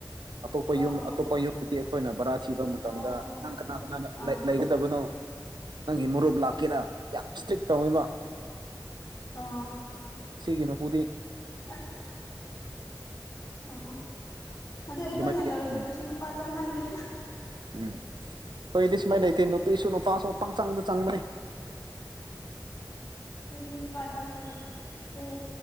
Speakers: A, on the right; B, on the left.
A: ꯑꯇꯣꯞꯄ
B: ꯑꯣ
A: ꯌꯨꯝ
B: ꯑꯣ
A: ꯑꯇꯣꯞꯄ ꯌꯨꯝꯗꯗꯤ ꯑꯩꯈꯣꯏꯅ ꯕꯔꯥ ꯊꯤꯕ ꯃꯇꯝꯗ
B: ꯑꯣ ꯑꯣ
A: ꯅꯪ ꯀꯅꯥ ꯀꯅꯥꯅ
B: ꯑꯣ ꯑꯥ
A: ꯂꯩ ꯂꯩꯒꯅꯤ ꯇꯕꯅꯣ ꯅꯪꯒꯤ ꯃꯨꯔꯨꯞ ꯂꯥꯛꯀꯦꯔꯥ ꯌꯥꯝ ꯏꯁꯇ꯭ꯔꯤꯛ ꯇꯧꯑꯦꯕ
B: ꯑꯥ
A: ꯁꯤꯒꯤ ꯃꯄꯨꯨꯗꯤ
B: ꯑꯩ ꯑꯥ ꯑꯗꯣ ꯑꯩꯈꯣꯏꯅ
A: ꯑꯗꯨꯃꯥꯏꯗꯤ
B: ꯂꯧꯔꯤꯕꯁꯨ
A: ꯎꯝ
B: ꯅꯨꯄꯥ ꯆꯪꯍꯟꯗꯦ
A: ꯎꯝ ꯑꯩꯈꯣꯏꯗꯤ ꯁꯨꯃꯥꯏꯅ ꯂꯩꯇꯦ ꯅꯨꯄꯤꯁꯨ ꯅꯨꯄꯥꯁꯨ ꯄꯪꯆꯪꯗ ꯆꯪꯕꯅꯤ
B: ꯈꯣꯏꯗꯤ ꯅꯨꯄꯥ ꯆꯪꯍꯟꯗꯦ ꯄꯨꯡ